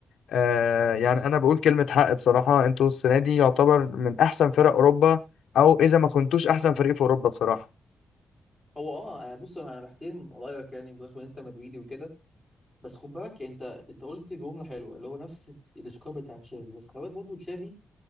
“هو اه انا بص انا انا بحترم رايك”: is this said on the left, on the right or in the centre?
Centre